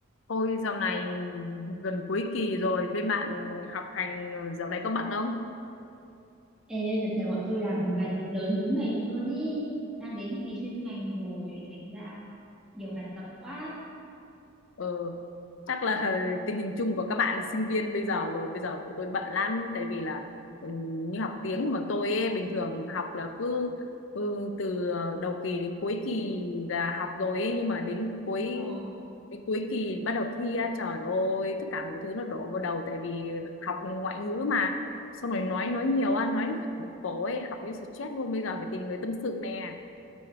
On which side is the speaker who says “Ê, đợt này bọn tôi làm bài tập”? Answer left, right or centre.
Centre